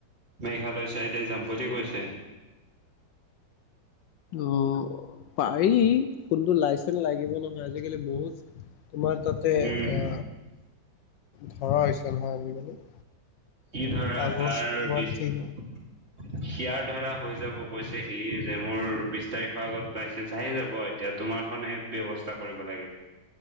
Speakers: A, on the right; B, on the left.
A: মেঘালয় চাইডে যাম বুলি কৈছে।
B: অ' পাৰি, কোনটো লাইচেন্স লাগিব নহয় আজিকালি বহুত তোমাৰ তাতে এ,
A: উম
B: ধৰা হৈছে নহয় আজিকালি।
A: সি ধৰা
B: কাগজ
A: তাৰ
B: তোমাৰ
A: বিছ সিয়াৰ
B: ঠিক
A: ধৰা হৈ যাব কৈছে ই যে মোৰ বিছ তাৰিখৰ আগত লাইচেন্স আহি যাব এতিয়া তোমাৰখনহে ব্যৱস্থা কৰিব লাগিল।